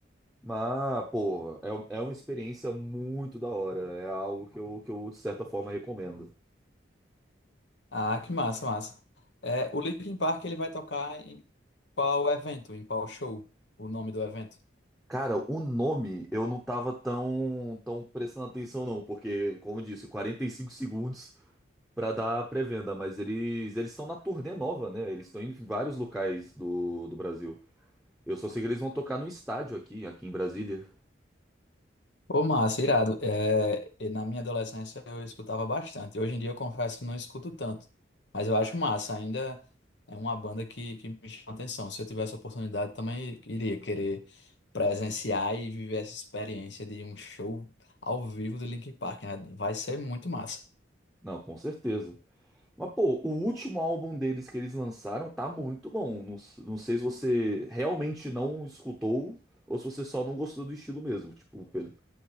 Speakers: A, in the centre; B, on the left.
A: Mas, pô, é, um- é uma experiência muito da hora. É algo que eu, que eu, de certa forma, recomendo.
B: Ah, que massa, massa. É, o Linkin Park ele vai tocar em qual evento, em qual show? O nome do evento?
A: Cara, o nome eu não tava tão, tão prestando atenção, não, porque, como eu disse, 45 segundos pra dar a pré-venda, mas eles eles estão na turnê nova, né? Eles estão em vários locais do, do Brasil. Eu só sei que eles vão tocar no estádio aqui, aqui em Brasília.
B: Ô, Massa, irado. É, e na minha adolescência eu escutava bastante. Hoje em dia eu confesso que não escuto tanto. Mas eu acho massa. Ainda é uma banda que, que me chama atenção. Se eu tivesse a oportunidade, também iria querer presenciar e viver essa experiência de um show ao vivo do Linkin Park. né? Vai ser muito massa.
A: Não, com certeza. Mas, pô, o último álbum deles que eles lançaram tá muito bom. Não, s- não sei se você realmente não escutou ou se você só não gostou do estilo mesmo. Tipo, Pedro,